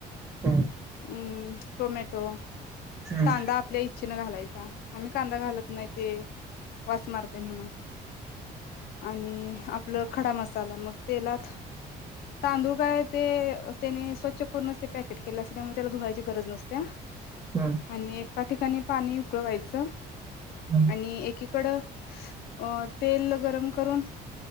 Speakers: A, on the right; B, on the left.
A: हम्म हम्म
B: अम्म टोमॅटो,
A: हम्म
B: कांदा
A: हम्म हम्म
B: आपल्या इच्छेनं घालाय चा. आम्ही कांदा घालत नाही ते वास मार ते म्हणून आणि आ आपलं खडा मसाला मग तेलात, तांदूळ काय ते त्येनी स्वच्छ करूनच ते पॅकेट केले असत, त्यामुळे त्याला धुवायची गरज नसत्या.
A: हम्म
B: आणि एका ठिकाणी पाणी उकळवायचं.
A: हम्म
B: आणि एकीक कड अ तेल गरम करून